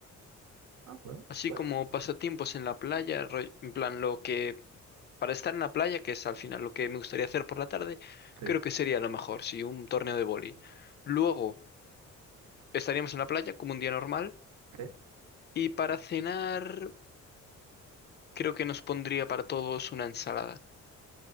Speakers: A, on the right; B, on the left.
A: Ah, bueno,
B: Así
A: bueno.
B: como pasatiempos en la playa, roll- en plan lo que, para estar en la playa, que es al final lo que me gustaría hacer por la tarde,
A: Sí,
B: creo que sería lo mejor, sí, un torneo de vóley. Luego... Estaríamos en la playa como un día normal
A: sí.
B: y para cenar creo que nos pondría para todos una ensalada.